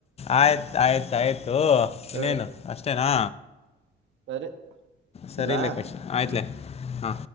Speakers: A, on the left; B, on the right.
A: ಆಯ್ತು ಆಯ್ತಾಯಯ್ತು ಇನ್ನೇನು
B: ಹ
A: ಅಷ್ಟೇನಾ
B: ಸರಿ
A: ಸರಿ
B: ಇಲ್ಲಾ
A: ಇಲ್ಲ ಆಕಾಶ ಆಯ್ತಲ್ಲೆ
B: ಹ್ಮ್
A: ಹಾ